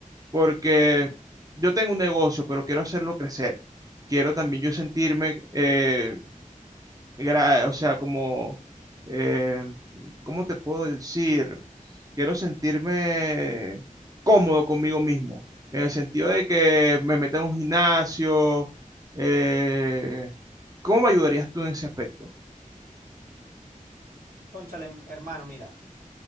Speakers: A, on the right; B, on the right.
A: porque yo tengo un negocio, pero quiero hacerlo crecer. Quiero también yo sentirme eh, gra- o sea, como, eh, ¿cómo te puedo decir? Quiero sentirme cómodo conmigo mismo, en el sentido de que me meta en un gimnasio. eh, ¿cómo me ayudarías tú en ese aspecto?
B: Cónchale, em- hermano, mira.